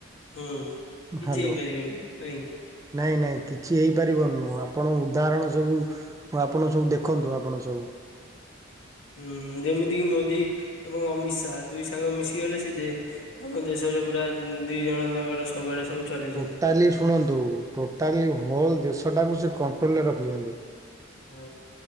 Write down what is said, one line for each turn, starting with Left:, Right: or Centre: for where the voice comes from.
Left: ହୁଁ କିଛି
Right: ହ୍ୟାଲୋ
Left: ହେଇପାରିବନି ନାଇଁ
Right: ନାଇଁ ନାଇଁ କିଛି ହେଇପାରିବନନୁଁ ଆପଣ ଉଦାହରଣ ସବୁ ଆପଣ ସବୁ ଦେଖନ୍ତୁ ଆପଣ ସବୁ।
Left: ? ହୁଁ ଯେମିତିକି ମୋଦି ଏବଂ ଅମିତ ଶାହା ଦୁଇ ସାଙ୍ଗ ମିଶିଗଲେ ସେ ଆମ ଦେଶରେ! ପୁରା ଦି ଜଣ ତାଙ୍କର ସବୁଆଡେ ସବୁ ଚଲେଇଛନ୍ତି।
Right: ଟୋଟାଲି ଶୁଣନ୍ତୁ ଟୋଟାଲି ହୋଲ ଦେଶଟାକୁ ସେ କଣ୍ଟ୍ରୋଲରେ ରଖିଛନ୍ତି।
Left: ହଁ